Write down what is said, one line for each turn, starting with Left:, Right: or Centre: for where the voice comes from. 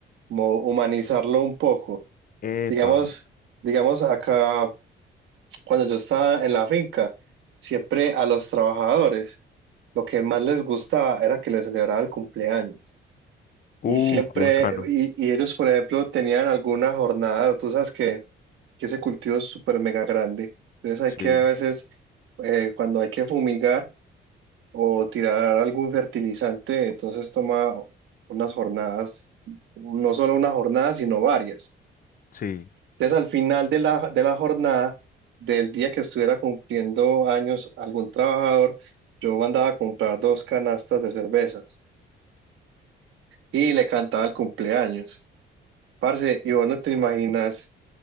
Right: como humanizarlo un poco.
Left: epa.
Right: Digamos, digamos acá, cuando yo estaba en la finca, siempre a los trabajadores, lo que más les gustaba era que les celebraba el cumpleaños.
Left: Uh,
Right: Y siempre,
Left: qué bacano.
Right: y, y ellos, por ejemplo, tenían alguna jornada, tú sabes que, que ese cultivo es súper mega grande. Entonces
Left: Sí,
Right: hay que a veces, eh, cuando hay que fumigar o tirar algún fertilizante, entonces toma unas jornadas, no solo una jornada, sino varias.
Left: sí,
Right: Entonces al final de la, de la jornada, del día que estuviera cumpliendo años algún trabajador, yo mandaba a comprar dos canastas de cervezas y le cantaba el cumpleaños. Parce, y vos no te imaginas